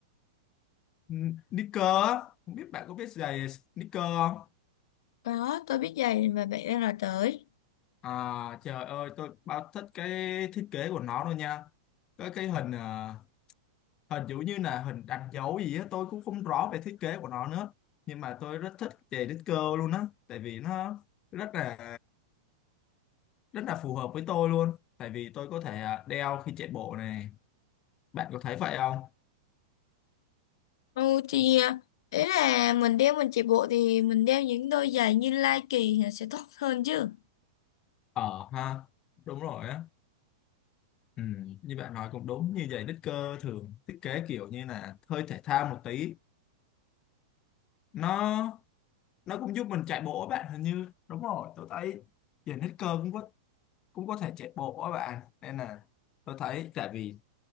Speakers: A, on the left; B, on the left.
A: N- Sneaker á không biết bạn có biết giày sneaker không
B: Có, tôi biết giày mà bạn đang nói tới.
A: À trời ơi tôi bao thích cái thiết kế của nó luôn nha Cái cái hình ờ, hình giống như là hình đánh dấu gì á tôi cũng không rõ về thiết kế của nó nữa Nhưng mà tôi rất thích về đích cơ luôn á Tại vì nó rất là rất là phù hợp với tôi luôn Tại vì tôi có thể ờ, đeo khi chạy bộ này Bạn có thấy vậy không?
B: Ừ thì à, ý là mình đeo mình chạy bộ thì mình đeo những đôi giày như Nike thì sẽ tốt hơn chứ.
A: Ờ ha đúng rồi á ừ, Như bạn nói cũng đúng như vậy đích cơ thường thiết kế kiểu như là hơi thể thao một tí nó nó cũng giúp mình chạy bộ á bạn hình như đúng rồi tôi thấy giờ hết cơ cũng có cũng có thể chạy bộ á bạn nên là tôi thấy tại vì